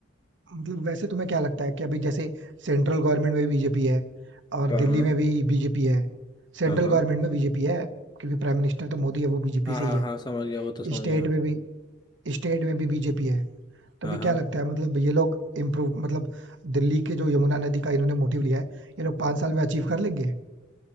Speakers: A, on the right; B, on the left.
A: मतलब वैसे तुम्हें क्या लगता है कि अभी जैसे सेंट्रल गवर्नमेंट में बीजेपी है और
B: कहाँ
A: दिल्ली में भी बीजेपी है सेंट्रल
B: हाँ हाँ
A: गवर्नमेंट में बीजेपी है क्योंकि प्राइम मिनिस्टर तो मोदी है वो बीजेपी
B: हाँ
A: से
B: हाँ
A: ही है
B: हाँ समझ गया वो तो समझ
A: स्टेट
B: गया
A: में भी स्टेट में भी बीजेपी है तो
B: हाँ
A: अभी
B: हाँ
A: क्या लगता है मतलब ये लोग इम्प्रूव मतलब दिल्ली के जो यमुना नदी का इन्होंने मोटिव लिया है ये लोग पांच साल में अचीव कर लेंगे